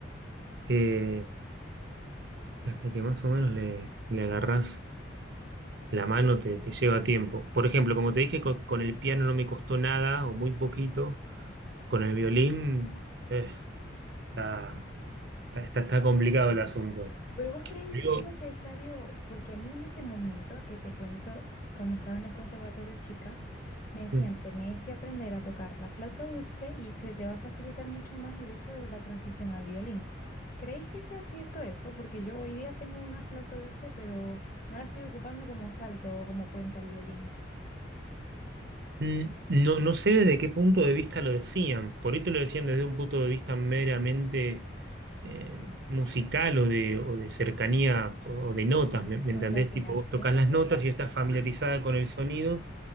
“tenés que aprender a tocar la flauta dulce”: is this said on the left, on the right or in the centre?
Left